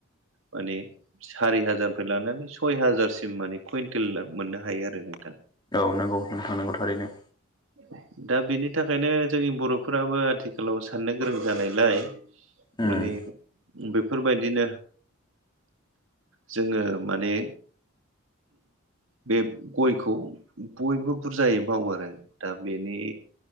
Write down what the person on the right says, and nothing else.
माने सारि हाजारनिफ्राय लानानै सय हाजारसिम माने कुइन्टेल मोननो हायो आरो नोंथां
<inaudible> दा बेनि थाखायनो जोंनि बर'फोराबो आथिखालाव साननो गोरों जानायलाय
माने बेफोरबायदिनो जोङो माने बे गयखौ बयबो बुरजायै मावो आरो दा बेनि